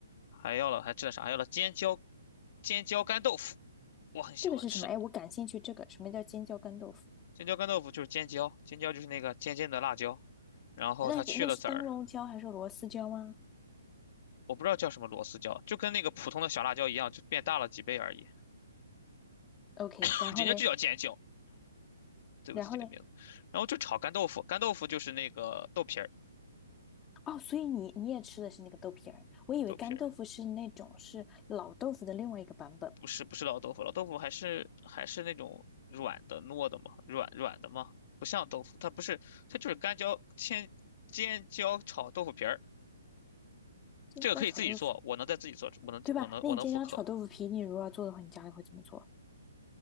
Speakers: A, on the left (about 45°); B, on the left (about 20°).
A: 还要了还吃了啥？还要了尖椒尖椒干豆腐，我很喜欢吃
B: 这个是什么？哎，我感兴趣。这个什么叫尖椒干豆腐？
A: 尖椒干豆腐，就是尖椒，尖椒就是那个尖尖的辣椒，然后它去了籽儿，
B: 那个那是灯笼椒还是螺丝椒吗
A: 我不知道叫什么螺丝椒，就跟那个普通的小辣椒一样，就变大了几倍而已，
B: ？OK，
A: <laughs>
B: 然后嘞，
A: 人家就叫尖椒，对不自己的名字，
B: 然后嘞，
A: 然后就炒干豆腐，干豆腐就是那个豆皮儿，
B: 哦，所以你你也吃的是那个豆皮儿，我以为干豆腐是那种是老豆腐的另外一个版本，
A: 豆皮儿。不是不是老豆腐，老豆腐还是还是那种软的糯的嘛，软软的嘛，不像豆腐，它不是，它就是干椒煎尖椒炒豆腐皮儿，
B: 尖椒炒豆腐，
A: 这个可以自己做，我能在自己做，我能我能我能复刻。
B: 对吧？那你尖椒炒豆腐皮，你如果要做的话，你家里会怎么做？